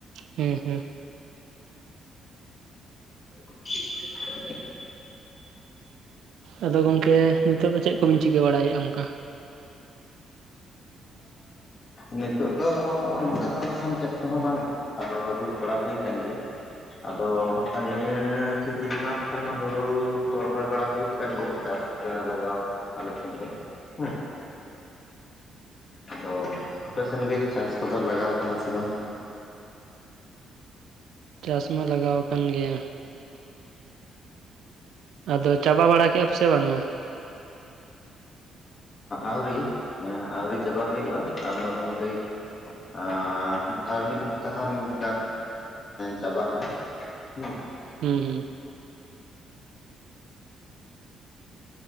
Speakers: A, on the right; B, on the left.
A: ᱦᱩᱸ, ᱦᱩᱸ
B: <unintelligible>
A: ᱟᱫᱚ ᱜᱚᱢᱠᱮ ᱱᱤᱛᱚᱜ ᱫᱚ ᱪᱮᱫ ᱠᱚᱵᱤᱱ ᱪᱤᱠᱟᱹ ᱵᱟᱲᱟᱭᱮᱫᱼᱟ ᱚᱱᱠᱟ?
B: ᱱᱤᱛᱚᱜ ᱫᱚ ᱚᱱᱠᱟ ᱫᱚ ᱦᱟᱸᱜ ᱠᱷᱟᱱ ᱪᱮᱫ ᱠᱚᱦᱚᱸ ᱵᱟᱝ᱾ ᱟᱫᱚ ᱫᱩᱲᱩᱵ ᱵᱟᱲᱟ ᱦᱩᱭ ᱠᱟᱱ ᱜᱮᱭᱟ᱾ ᱟᱫᱚ ᱦᱟᱸᱜ ᱠᱷᱟᱱ ᱱᱤᱭᱟᱹ ᱥᱤᱡᱤᱱ ᱢᱟ ᱠᱷᱟᱱ ᱦᱩᱲᱩ ᱠᱚ ᱨᱚᱦᱚᱭ ᱵᱟᱲᱟ ᱦᱩᱭᱩᱜ ᱠᱟᱱ ᱜᱮᱭᱟ ᱪᱟᱥ <unintelligible> ᱟᱞᱮ ᱥᱮᱱ ᱦᱮᱸ ᱫᱚ ᱟᱫᱚ ᱟᱯᱮ ᱥᱮᱱᱜᱮ ᱪᱟᱥ ᱠᱚᱫᱚ ᱞᱟᱜᱟᱣ ᱠᱟᱱᱟ ᱥᱮ ᱵᱟᱝ
A: ᱪᱟᱥ ᱢᱟ ᱞᱟᱜᱟᱣ ᱟᱠᱟᱱ ᱜᱮᱭᱟ᱾ ᱟᱫᱚ ᱪᱟᱵᱟ ᱵᱟᱲᱟ ᱠᱮᱫᱼᱟ ᱯᱮ ᱥᱮ ᱵᱟᱝᱟ <inaudible>
B: ᱟᱹᱣᱨᱤ ᱟᱹᱣᱨᱤ ᱪᱟᱵᱟ ᱦᱩᱭᱩᱜᱼᱟ ᱟᱨ ᱢᱚᱴᱟ ᱢᱩᱴᱩ ᱟᱨ ᱟᱨ ᱢᱤᱫ ᱦᱟᱯᱛᱟ ᱠᱷᱟᱱ‌ᱜᱮ ᱪᱟᱵᱟᱜᱼᱟ᱾ <unintelligible>
A: ᱦᱩᱸ ᱦᱩᱸ